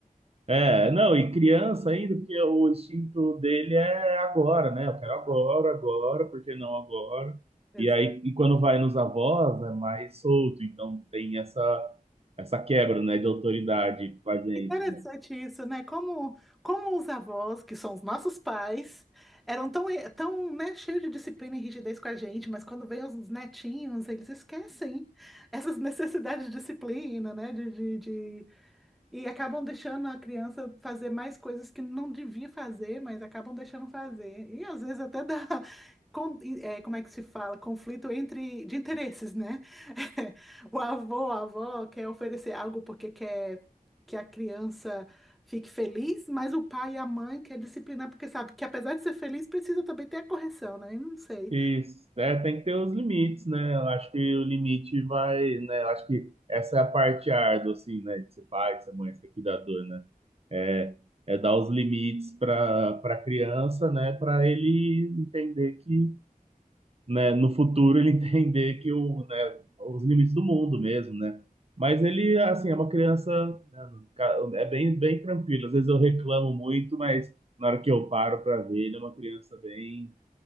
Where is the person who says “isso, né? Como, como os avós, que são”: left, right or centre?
Centre